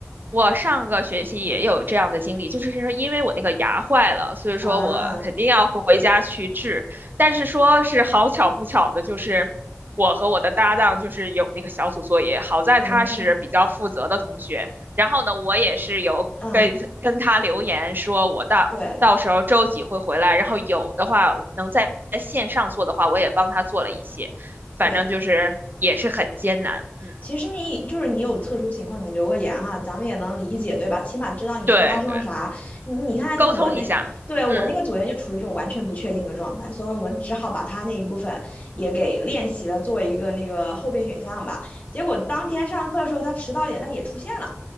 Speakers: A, on the right; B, on the left.
A: 我上个学期也有这样的经历，就是说因为我那个牙坏了，所以说我肯定要回家去治。
B: 啊，
A: 但是说是好巧不巧的，就是我和我的搭档就是有那个小组作业，好在他是比较负责的同学，
B: 嗯
A: 然后呢，我也是有跟跟他留言说我到到时候周几会回来，
B: 嗯，对
A: 然后有的话能在线上做的话，我也帮他做了一些，反正就是也是很艰难，
B: 对。
A: 嗯，
B: 其实你就是你有特殊情况，你留个言哈，咱们也能理解，对吧？起码知道你是发生了啥。
A: 对对。
B: 你你看，
A: 沟通一下。
B: 那我那对我那个组员就处于一种完全不确定的状态，
A: 嗯，
B: 所以我们只好把他那一部分也给练习了，作为一个那个后备选项吧。结果当天上课的时候，他迟到点，但也出现了。